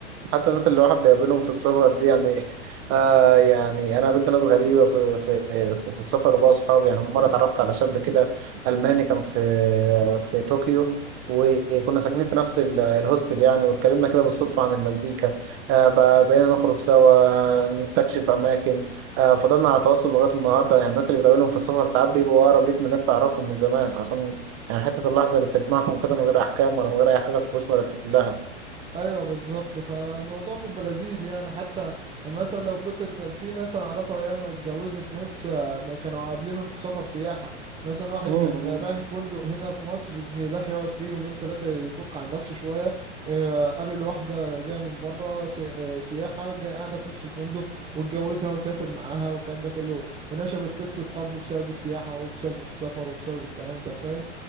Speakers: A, on the right (about 40°); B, on the right (about 15°).
A: حتى الناس اللي الواحد بيقابلهم في السفر دي يعني <laughs> آه يعني انا قابلت ناس غريبه في في في السفر وبقى اصحاب يعني مره اتعرفت على شاب كده الماني كان في في طوكيو وكنا ساكنين في نفس ال- الهوستل يعني واتكلمنا كده بالصدفه عن المزيكا آه بقى- بقينا نخرج سوا نستكشف اماكن آه فضلنا على تواصل لغايه النهارده يعني الناس اللي بتقابلهم في السفر ساعات بيبقوا اقرب ليك من ناس تعرفهم من زمان عشان يعني حته اللحظه اللي بتجمعهم كده من غير احكام ولا من غير اي حاجه تبقوش مرتب لها
B: ايوه بالظبط فالموضوع بيبقى لذيذ يعني حتى مثلا لو كنت ت- في ناس انا اعرفها ياما اتجوزت ناس آه، ما كانوا قابلينهم في سفر سياحه مثلا واحد
A: مم.
B: كان رايح فندق هنا في مصر جه راح يقعد فيه يومين ثلاثه يفك عن نفسه شويه آه، قابل واحده جايه من بره س- آه، سياحه جايه قاعده في نفس الفندق واتجوزها وسافر معاها والكلام ده كله ونشبت قصه حب بسبب السياحه وبسبب السفر وبسبب الكلام ده فاهم